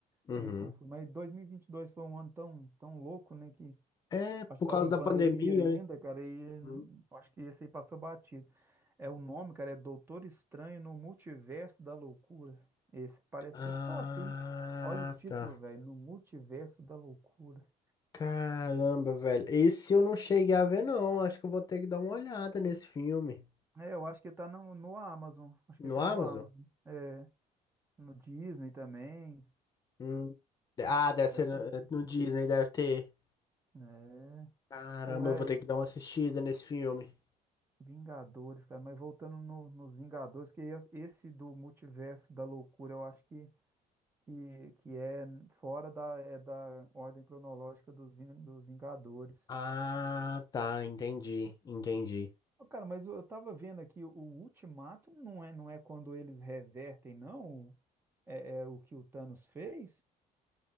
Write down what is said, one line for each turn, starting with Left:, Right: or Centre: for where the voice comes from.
Left: Uhum.
Right: tá meio confuso. Mas dois mil e e vinte e dois foi um ano tão, tão louco, né? Que
Left: É
Right: Acho
Left: por
Right: que tava
Left: causa
Right: em
Left: da
Right: pandemia
Left: pandemia,
Right: ainda,
Left: né?
Right: cara, e hum,
Left: Hum.
Right: acho que esse aí passou batido. É o nome, cara, é Doutor Estranho no Multiverso da Loucura. Esse parece
Left: Ah,
Right: ser top, hein? Olha o título,
Left: tá.
Right: velho, No Multiverso da Loucura.
Left: Caramba, velho. Esse eu não cheguei a ver, não. Acho que eu vou ter que dar uma olhada nesse filme.
Right: É, eu acho que tá no, no Amazon. Acho
Left: No
Right: que tá
Left: Amazon?
Right: no Amazon. É, No Disney também.
Left: Hum. Ah, deve
Right: Parece.
Left: ser no, no Disney, deve ter.
Right: É.
Left: Caramba,
Right: Ô, velho,
Left: eu vou ter que dar uma assistida nesse filme.
Right: Vingadores, cara, mas voltando no- nos Vingadores, que es- esse do Multiverso da Loucura, eu acho que que, que é fora da, é da ordem cronológica dos, Vin- dos Vingadores.
Left: Ah, tá. Entendi, entendi.
Right: Ô, Cara, mas eu eu tava vendo aqui, o Ultimato não é, não é quando eles revertem, não? É, é o que o Thanos fez?